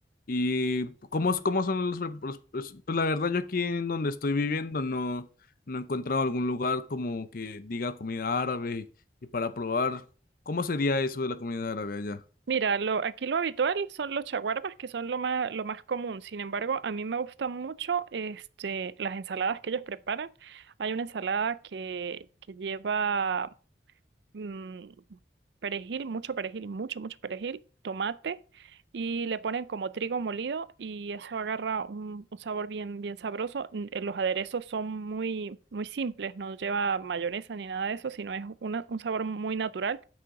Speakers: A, on the left (about 50°); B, on the right (about 70°).
A: ¿Y cómo, es- cómo son los, pre- los- los- Pues la verdad, yo aquí en donde estoy viviendo no, no he encontrado algún lugar como que diga comida árabe y, para probar, ¿cómo sería eso de la comida árabe allá?
B: Mira, lo, aquí lo habitual son los chaguarbas, que son lo más, lo más común. Sin embargo, a mí me gustan mucho este, las ensaladas que ellos preparan. Hay una ensalada que, que lleva mm, perejil, mucho perejil, mucho, mucho perejil, tomate y le ponen como trigo molido y eso agarra un, un sabor bien, bien sabroso. N- eh, Los aderezos son muy, muy simples, no lleva mayonesa ni nada de eso, sino es una- un sabor muy natural